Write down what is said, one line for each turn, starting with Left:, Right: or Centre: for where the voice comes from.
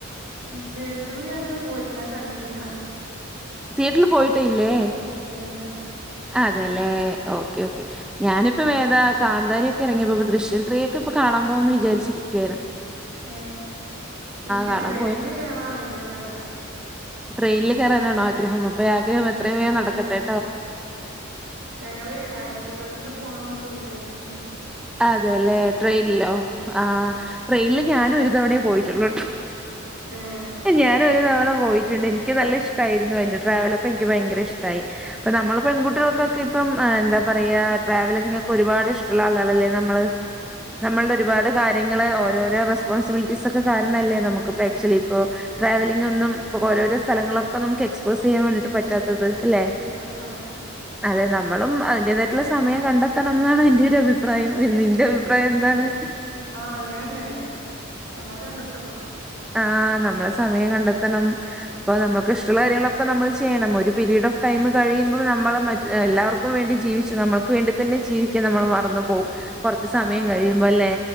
Right: ടിയറ്ററിൽ ഞൻ അങ്ങനെ പോയിട്ടില്ല. കണ്ടിട്ടില്ല.
Centre: ടിയേറ്ററില് പോയിട്ട് ഇല്ലേ?
Right: ഇല്ലല്ല.
Centre: അതെ ല്ലേ. ഓക്കെ ഓക്കെ ഞാന് ഇപ്പം ഏതാ കാന്താര ഒക്കെ ഇറങ്ങിയപ്പോ ദൃശ്യാം ത്രീക്കെ ഇപ്പൊ കാണാ പോകോന്ന് വിചാച്ചിരിക്യാണ്.
Right: ഏ എനിക്ക്
Centre: കാണാൻ
Right: ട്രെയിനില് കേയറാൻ ഭയങ്കര ഗ്രഹാ
Centre: ട്രെയിനിൽ കയറാനാണോ ആഗ്രഹം. അപ്പൊ ആഗ്രഹം എത്ര വേഗം നടക്കട്ടെ.
Right: ഞങ്ങള് അയൽക്കൂട്ടത്തുന്ന് പോണം എന്നൊക്കെ വിചാരിക്കണ്ട്.
Centre: അതെല്ലേ ട്രെയിൻ ല്ലോ ആഹ് ട്രെയിൻല് ഞാനും ഒരു തവണയേ പോയിട്ടുള്ളു ട്ടോ.
Right: ഏഹ്
Centre: ഞാന് ഒരു തവണ പോയിട്ടുണ്ട് എനിക്ക് എനിക്ക് നല്ല ഇഷ്ടായിരുന്നു അതിന്റെ ട്രാവലൊക്കെ എനിക്ക് ഭയങ്കര ഇഷ്ട്ടായി. അപ്പ നമ്മള് പെൺകുട്ടികൾക്കൊക്കെ പ്പം എന്താ പറയാ ട്രവലിങ് ഒക്കെ ഒരുപാട്ഷ്ടള്ള ആളാണ് നമ്മള് നമ്മൾടെ
Right: ആഹ്
Centre: ഒരുപാട് കാര്യ നിങ്ങള ഓരോരോ റെസ് പോൺസിബിലിറ്റീസ് ഒക്കെ കാരണല്ലേ നമുക്ക് ആക്ച്വലി ഇപ്പോ ട്രാവലിംങ്‌ ഒന്നും ഇപ്പോ ഓരോരോ സ്ഥലങ്ങളൊക്കെ നമുക്ക് എക്സ്പോസ് ചെയ്യാൻ വേണ്ടിട്ട് പറ്റാത്തത്.
Right: <unintelligible>
Centre: അല്ലെ?
Right: <unintelligible>
Centre: അതെ നമ്മളും അതിന്റെതായിട്ടുള്ള സമയം കണ്ടെത്തണംമെന്നാണ് എന്റെ ഒരു അഭിപ്രായം അഭിപ്രായം നിന്റെ അഭിപ്രായം എന്താണ്?
Right: ആ അങ്ങനെന്നെ ഞമ്മള് കണ്ടെത്തണം
Centre: ആ നമ്മള് സമയം കണ്ടെത്തണം. അപ്പൊ നമ്മുക്ക് ഇഷ്ടമുള്ള കാര്യങ്ങളൊക്കെ നമ്മൾ ചെയ്യണം. ഒരു പീരീഡ് ഓഫ് ടൈം കഴിയുമ്പോൾ നമ്മൾ മറ്റ് എല്ലാവർക്കും വേണ്ടി ജീവിച്ചു നമ്മൾക്ക് വേണ്ടി തന്നെ ജീവിക്കാം നമ്മൾ മറന്ന വും. കുറച്ച്
Right: ആഹ്
Centre: സമയം
Right: അതുണ്ട്
Centre: കഴിയുമ്പോല്ലേ.